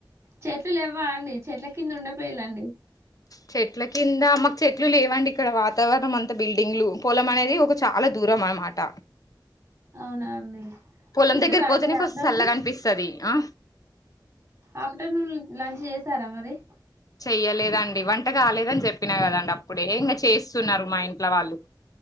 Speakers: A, on the right (about 30°); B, on the left (about 50°).
A: చెట్లులువ్వ అండి చెట్ల కింద ఉండిపోయలాండి
B: చెట్ల కింద మాకు చెట్లు లేవండి ఇక్కడ వాతావరణం అంతా బిల్డింగ్లు పొలం అనేది ఒక చాలా దూరం అనమాట
A: అవునా అండి
B: పొలం
A: తిన్నారా
B: దగ్గర కోతేనే
A: అండి
B: కొంచం
A: ఆఫ్టర్నూన్
B: చల్లగా అనిపిస్తుది ఆ
A: ఆఫ్టర్నూన్ లంచ్ చేసారా మరి
B: చెయ్యలేదండి వంట కాలేదని చెప్పినా కదండి అప్పుడే ఇంకా చేస్తున్నారు మా ఇంట్లో వాళ్ళు